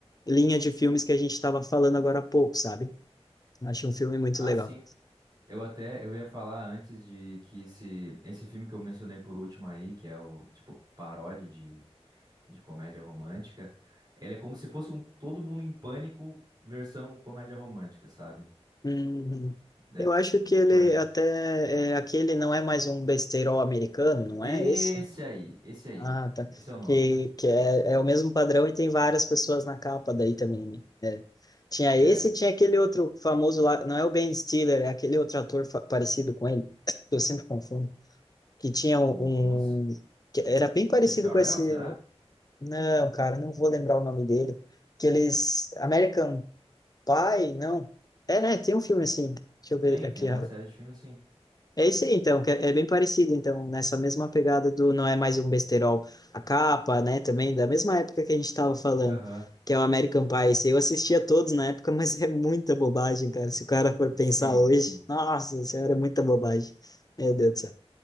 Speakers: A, on the left (about 35°); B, on the right (about 40°).
A: linha de filmes que a gente estava falando agora há pouco, sabe? Acho um filme muito
B: Ah,
A: legal.
B: sim. Eu até eu ia falar antes de que esse, esse filme que eu mencionei por último aí, que é o tipo paródia de, de comédia romântica, ele é como se fosse um Todo Mundo em Pânico versão comédia romântica, sabe?
A: Uhum.
B: Deve
A: Eu acho que ele
B: conhe...
A: até, é, aquele não é mais um besteirol americano, não
B: Esse
A: é esse?
B: aí, esse aí.
A: Ah, tá.
B: Esse é o nome.
A: Que, que é, é o mesmo padrão e tem várias pessoas na capa daí também, né? É. Tinha
B: É,
A: esse e tinha aquele outro famoso lá, não é o Ben Stiller, é aquele outro ator fa- parecido com ele, <tsk> que eu sempre confundo, que tinha
B: o
A: um,
B: nossa,
A: um- que era bem parecido
B: Steve Carell,
A: com esse,
B: será?
A: não, cara, não vou lembrar o nome dele, aqueles American Pie, não, é, né, tem um filme assim, deixa eu ver
B: Tem,
A: aqui,
B: tem uma série de filme assim.
A: é isso aí, então, que é é bem parecido, então, nessa mesma pegada do Não É Mais Um Besterol, a capa, né, também, da mesma época que a gente estava falando,
B: Aham.
A: que é o American Pie, esse eu assistia todos na época, <laughs> mas é muita bobagem, cara, se o cara for pensar
B: Sim,
A: hoje,
B: sim.
A: nossa senhora, é muita bobagem, meu Deus do céu,